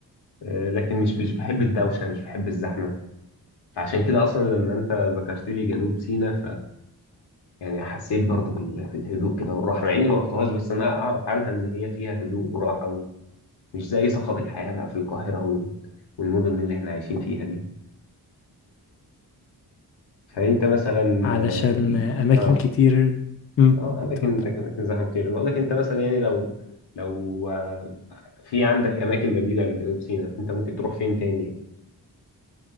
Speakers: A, on the left; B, on the left.
A: آه، لكن مش مش بحب الدوشة مش بحب الزحمة فعشان كده أصلا لما أنت ذكرت لي جنوب سيناء يعني حسيت برضو بال- بالهدوء كده والراحة مع إني ما رحتهاش بس أنا أعرف عنها إن هي فيها هدوء وراحة ومش زي صخب الحياة بقى في القاهرة وال- والمدن اللي إحنا عايشين فيها دي فأنت مثلا
B: علشان
A: آه
B: اماكن
A: آه
B: كتير امم
A: آه، أماكن
B: اتفضل
A: أماكن أماكن زحمة كتير بقول لك أنت مثلا يعني لو لو آه، في عندك أماكن بديلة لجنوب سيناء أنت ممكن تروح فين تاني؟